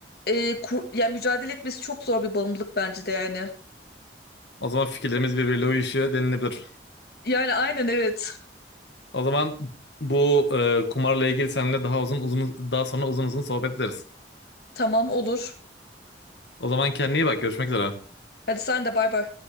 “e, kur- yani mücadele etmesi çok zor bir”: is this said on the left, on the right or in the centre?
Left